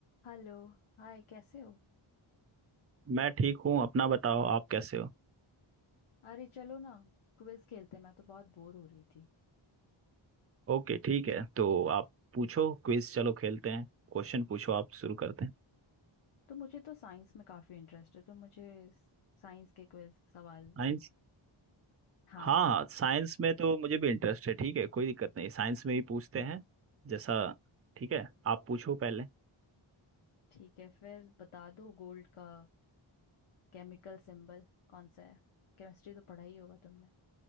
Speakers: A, on the left; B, on the right.
A: Hello Hi कैसे हो
B: मैं ठीक हूँ अपना बताओ आप कैसे हो
A: अरे चलो ना क्विज खेलते हैं, मैं तो बहुत बोर हो रही थी
B: ओके ठीक है तो आप पूछो क्विज चलो खेलते हैं क्वेश्चन पूछो आप शुरू करते हैं
A: तो मुझे तो साइंस में काफी इंटरेस्ट है तो मुझे साइंस के क्विज सवाल
B: साइंस
A: हाँ
B: हाँ हाँ साइंस में तो मुझे भी इंटरेस्ट है ठीक है कोई दिक्कत नहीं साइंस में ही पूछते हैं जैसा ठीक है आप पूछो पहले
A: ठीक है फिर बता दो गोल्ड का केमिकल सिंबल कौन सा है केमिस्ट्री तो पढ़ा ही होगा तुमने